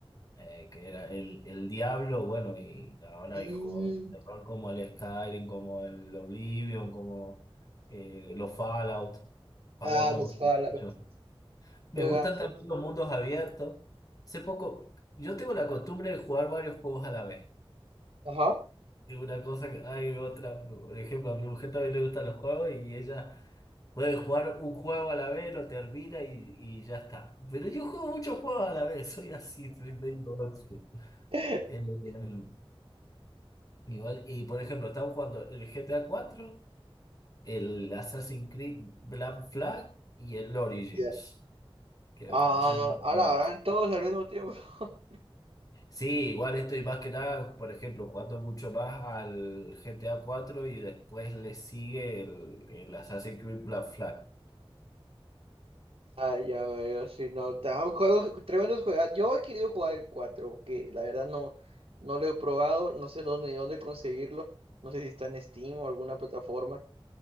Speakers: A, on the left; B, on the right.
A: eh, que era el, el Diablo, bueno, y ahora
B: Mm,
A: hay juegos de rol como el Skyrim, como el Oblivion, como eh, los Fallout. Fallout
B: Ah,
A: me
B: los
A: gustan
B: Fallout.
A: mucho. Me
B: Juegazo.
A: gustan también los mundos abiertos. Hace poco, yo tengo la costumbre de jugar varios juegos a la vez.
B: Ajá.
A: Y una cosa que hay otra, por ejemplo, a mi mujer también le gustan los juegos y ella... Puedes jugar un juego a la vez, lo termina y, y ya está. Pero yo juego muchos juegos a la vez, soy así, soy medio ocio.
B: <laughs>
A: Eh, em, igual, y por ejemplo, estamos jugando el G T A cuatro el Assassin's Creed Black Flag y el Origins,
B: Ya.
A: que me
B: Ah,
A: parecen...
B: a
A: nuevas.
B: la gran todos al mismo tiempo. <laughs>
A: Sí, igual estoy más que nada, por ejemplo, jugando mucho más al G T A cuatro y después le sigue el, el Assassin's Creed Black Flag.
B: Ah, ya veo, si no, tra- juegos, tremendos juegos. Yo he querido jugar el 4 porque la verdad no, no lo he probado, no sé dónde, ni dónde conseguirlo, no sé si está en Steam o alguna plataforma,